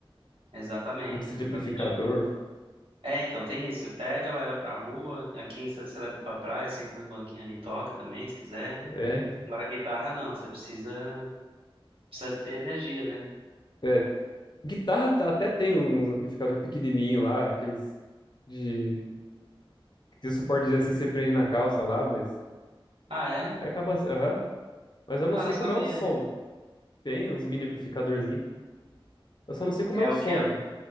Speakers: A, on the right; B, on the left.
A: Exatamente,
B: Não precisa
A: exatamente.
B: de amplificador.
A: É, então tem isso. Você pega, leva pra rua. Aqui em Santos você leva pra praia, senta no banquinho ali, toca também, se quiser.
B: É, então.
A: Agora guitarra não, você precisa, precisa ter energia, né?
B: É. Guitarra tá- até tem um amplificador pequenininho lá, aqueles de Se você pode dizer assim, você prende na calça lá, mas.
A: Ah, é?
B: Aí acaba. Aham. Mas eu não
A: Ah,
B: sei
A: não sabia.
B: como é o som. Tem uns mini amplificadorzinhos. Eu só não sei como
A: É
B: é o
A: o
B: som.
A: que? A